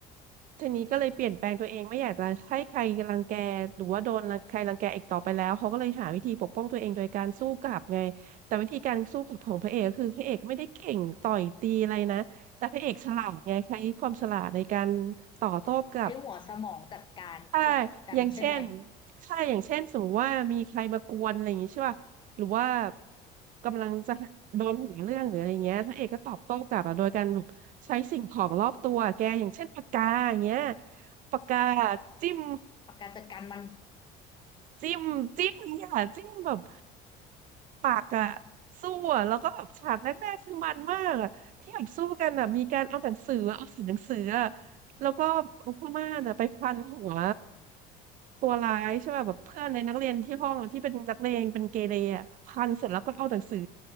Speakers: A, on the right (about 50°); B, on the left (about 25°).
A: ทีนี้ก็เลยเปลี่ยนแปลงตัวเองไม่อยากจะให้ใครรังแกหรือว่าโดนรังใครรังแกอีกต่อไปแล้วเขาก็เลยหาวิธีปกป้องตัวเองโดยการสู้กลับไงแต่วิธีการสู้กลับของพระเอกก็คือพระเอกไม่ได้เก่งต่อยตีอะไรนะแต่พระเอกฉลาดไงใช้ความฉลาดในการต่อโต้กลับ
B: ใช้หัวสมองจัดการพวกกันใช่ไหม
A: ถ้าอย่างเช่นถ้าอย่างเช่น สมมติว่า มีใครมากวนอะไรอย่างงี้ใช่ป่ะหรือว่ากำลังจะโดนหาเรื่องหรืออะไรเงี้ยพระเอกก็ตอบโต้กลับอะโดยการแบบใช้สิ่งของรอบตัว แกอย่างเช่นปากกาอย่างเงี้ยปากกาจิ้ม
B: ปากการจัดการมัน
A: จิ้มจิ้มเนี่ยค่ะจิ้มแบบปากอะสู้อะแล้วก็แบบฉากแรกๆคือมันมากอะที่แบบสู้กันอะมีการเอาหนังสืออะเอาสีหนังสืออะแล้วก็เอาผ้าม่านอะไปพันหัวตัวร้ายใช่ป่ะแบบเพื่อนในนักเรียนที่ห้องอะที่เป็นนักเลงเป็นเกเรอะพันเสร็จแล้วก็เอาหนังสือ